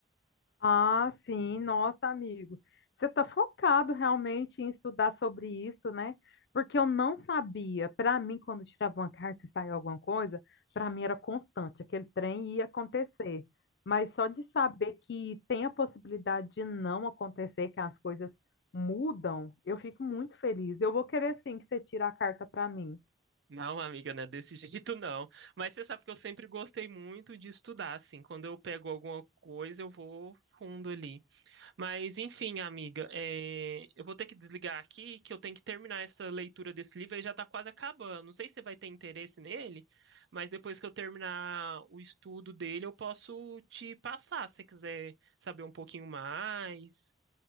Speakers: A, on the left; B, on the right.
A: Ah, sim, nossa, amigo. Você está focado realmente em estudar sobre isso, né? Porque eu não sabia. Para mim, quando tirava uma carta e saía alguma coisa, para mim era constante, aquele trem ia acontecer. Mas só de saber que tem a possibilidade de não acontecer, que as coisas mudam, eu fico muito feliz. Eu vou querer sim que você tire a carta para mim.
B: Não, amiga, não é desse <laughs> jeito não. Mas você sabe que eu sempre gostei muito de estudar, assim, quando eu pego alguma coisa, eu vou fundo ali. Mas enfim, amiga, é, eu vou ter que desligar aqui, que eu tenho que terminar essa leitura desse livro, ele já está quase acabando. Não sei se você vai ter interesse nele, mas depois que eu terminar o estudo dele, eu posso te passar, se você quiser saber um pouquinho mais.